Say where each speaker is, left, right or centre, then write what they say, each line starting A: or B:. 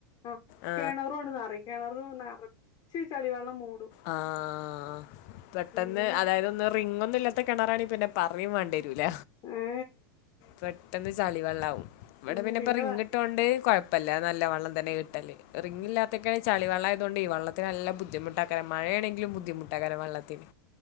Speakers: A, on the left; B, on the left.
A: ആഹ്
B: ആ.
A: കെണറു ആണ്ട് നറീം കെണറും നറച്ച് ചളി വെള്ളം മൂ
B: ആഹ് പെട്ടെന്ന്
A: പിന്നെ
B: അതായതൊന്ന് റിംഗ് ഒന്നുല്ലാ ത്ത കെണറാണെ പിന്നെ പറയും വേണ്ടി വെരൂല,
A: ഏ
B: പെട്ടെന്ന് ചളി വെള്ളാവും. ഇവിടെ
A: ഉം
B: പിന്നെ ഇപ്പൊ റിങ്ങിട്ടോണ്ട്
A: വ
B: കൊയപ്പ് പ്പല്ല നല്ല വെള്ളം തന്നെ കിട്ടല്. റിങ്ങില്ലാത്തക്കെയാണെ ചളി വെള്ളായതോണ്ടേയ് വെള്ളത്തിന് നല്ല ബുദ്ധിമുട്ടാ ഏഹ് മഴയണെങ്കിലും ബുദ്ധിമുട്ടാ കാരണം വെള്ളത്തിന്.